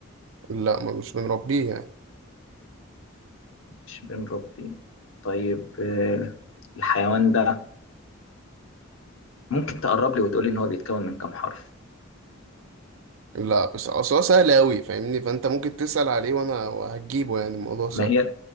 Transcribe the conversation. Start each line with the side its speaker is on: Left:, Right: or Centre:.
Right: لا ما مش بنربيه يعني
Left: مش بنربيه طيب آه، الحيوان ده ممكن تقرب لي وتقول لي ان هو بيتكون من كام حرف
Right: لا بس اصل هو سهل قوي فاهمني فانت ممكن تسال عليه وانا هجيبه يعني الموضوع سهل
Left: ما هي